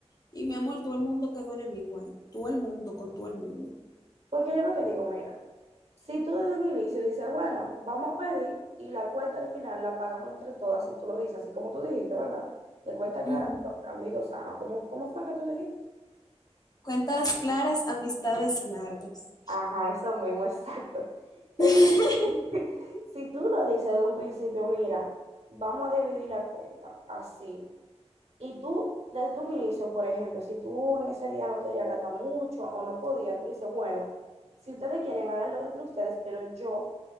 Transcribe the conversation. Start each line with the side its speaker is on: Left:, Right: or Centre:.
Left: Y mi amor, todo el mundo quedó enemigo ahí. Todo el mundo con todo el mundo.
Right: porque yo lo que digo, mira. Si tú desde un inicio dices, bueno, vamos a pedir y la cuenta al final la pagamos entre todas, si tú lo dices, así como tú dijiste, ¿verdad? De cuenta clara,
Left: Ujú.
Right: amigo sano. ¿Cómo, cómo fue que tú dijiste?
Left: Cuentas claras, amistades largas.
Right: Ajá, eso mismo, exacto. En-
Left: <laughs>
Right: <laughs> si tú lo dices de un principio, mira, vamos a dividir la cuenta así. Y tú desde un inicio, por ejemplo, si tú en ese día no querías gastar mucho o no podías, tú dices, bueno, si ustedes quieren, háganlo entre ustedes, pero yo